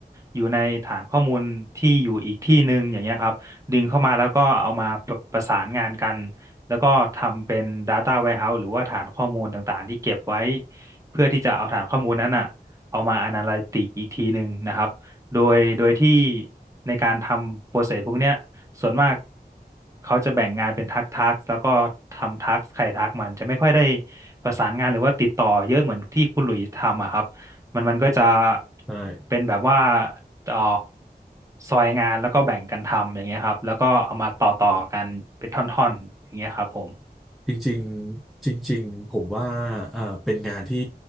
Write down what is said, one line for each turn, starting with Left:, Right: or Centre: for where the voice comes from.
Right: อยู่ในฐานข้อมูลที่อยู่อีกที่หนึ่งอย่างเงี้ยครับดึงเข้ามาแล้วก็เอามาประประสานงานกัน แล้วก็ทำเป็น Data Warehouse หรือว่าฐานข้อมูลต่างๆที่เก็บไว้เพื่อที่จะเอาฐานข้อมูลนั้นอ่ะเอามา Analytic อีกทีหนึ่งนะครับโดยโดยที่ในการทำโปรเซสพวกเนี้ยส่วนมากเขาจะแบ่งงานเป็นทักทักแล้วก็ทำทักใครทักมันจะไม่ค่อยได้ประสานงานหรือว่าติดต่อเยอะเหมือนที่คุณหลุยส์ทำอะครับมันมันก็จะ
Centre: ใช่
Right: เป็นแบบว่า เอ่อซอยงานแล้วก็แบ่งกันทำอย่างเงี้ยครับแล้วก็เอามาต่อต่อกันเป็นท่อนๆอย่างเงี้ยครับผม
Centre: จริงๆจริงๆผมว่าเอ่อเป็นงานที่